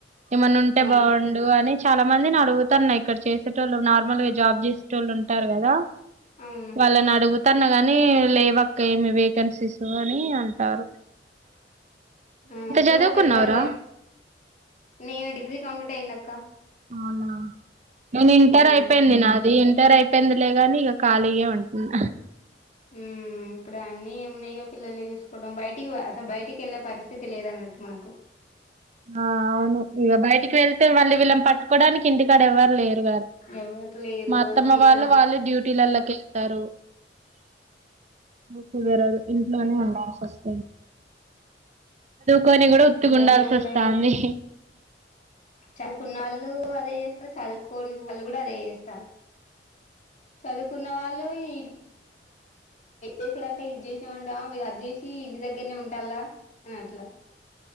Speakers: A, on the right (about 40°); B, on the left (about 45°).
A: ఏమన్నున్టే
B: అవును
A: బాగ్ డు అని చాలా మంది ని అడుగుతాన్న ఇక్కడ చేసేటోళ్ళు, నార్మల్ గా జాబ్ చేసేటోళ్ళు ఉంటారు కదా.
B: అవును
A: వాళ్లనడుగుత్ తన్న గనీ, లేవక్క ఏమి వేకేన్స్. సిస్ అని అంటార్రు.
B: అవును పిల్లలు
A: చదువుకున్నావురా
B: పెద్దోల్లైత్, నేను డిగ్రీ కంప్లీట్ అయిందక్ క్క
A: అవునా నేను, ఇంటర్
B: మ్మ్
A: అయిపోయింది నాది ఇన్ టరై పోయిందిలే గనీ, ఇగ ఖాలిగే ఉన్ ఉమ్
B: ఉమ్ ఇప్పుడన్నీ ఏమున్నయిగా? పిల్లల్ని చూసుకోవడం, బయటికి పోయే అసలు బయటికి వెళ్ళే పరిస్థితి లేదన్నట్టు మనకు.
A: ఆ అవును, ఇగ బయటికి వెళ్తే మళ్ళీ వీళ్ళని పట్టుకోవడానికి ఇంటికాడ ఎవ్వరులేరు.
B: ఎవరు లేరు
A: మా అత్తమ్మ
B: అదే ఏదన్
A: వాళ్ళు, వాళ్ళ డ్యూటీలల్లక్ కెళ్తరూ. గ కుదరదు, ఇంట్లోనే ఉన్ మరూక్ కొని కూడ, ఉత్తుగుండాల్సి
B: లోనే ఉండయి
A: వస్తామ్ది.
B: చదువుకున్న వాల్లూ అదే చేస్తల్, చదువుకోని గ వాళ్ళు కూడా అదే చేస్తాళ్ళు. చదువుకున్న వాళ్ళు ఇద్ చేసుడంటే, ఇది చేసీయమంటె ఆ మీరు అది చేసియి, ఇంటి దగ్గరనే ఉంటాల్లా అని అట్లా.